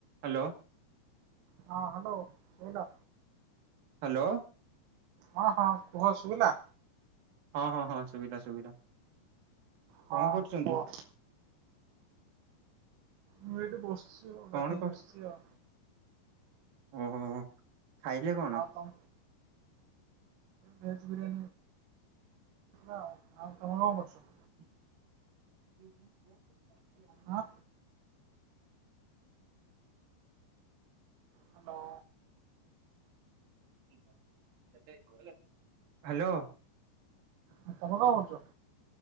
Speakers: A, on the right (about 60°); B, on the right (about 85°).
A: ହାଲୋ।
B: ହଁ ହାଲୋ କଉ
A: ହାଲୋ।
B: ହଁ ହଁ କୁହ ଶୁଭିଲା।
A: ହଁ ହଁ ହଁ ଶୁଭିଲା ଶୁଭିଲା।
B: ହଁ
A: କଣ କରୁଛନ୍ତି?
B: କୁହ ମୁଁ ଏଠି ବସିଚି ଚି ଆଉ
A: କଣ
B: ଗାଧେଇକି
A: କର
B: ଆସିଚି ଆଉ।
A: ଓହୋ ହୋ ଖାଇଲେ କଣ?
B: ଆଉ ତମ ଭେଜ ବିରିୟାନୀ ଥିଲା ଆଉ ତମେ କଣ କରୁଚ?
A: <inaudible>
B: ହଁ ହାଲୋ।
A: <unintelligible> ହାଲୋ।
B: ତମେ କଣ କରୁଚ?